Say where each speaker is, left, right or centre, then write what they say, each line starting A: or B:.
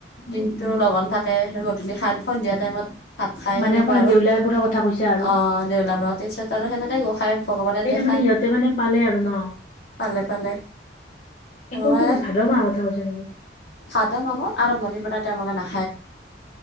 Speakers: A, on the left; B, on the left.
A: উম,
B: দিনটো
A: উম।
B: লগন থাকে গধূলি খাত সন্ধিয়া টাইমত ভাত খাই
A: মানে
B: সেনেকুৱা
A: অকল
B: আৰু
A: দেউলীয়াবোৰৰ কথা কৈছা আৰু
B: অ, দেউলা ম' তাৰছত আৰু সেনেকে গোঁসাই ভগৱানে দেখ
A: মানে সিহঁতে মানে পালে আৰু ন?
B: পালে পালে।
A: এই
B: অ', <unintelligible>
A: কোনটো মাহ ভাদ মাহৰ কথা কৈছা নেকি?
B: আৰম্ভণিৰ পৰা তেওঁলোকে নাখাই।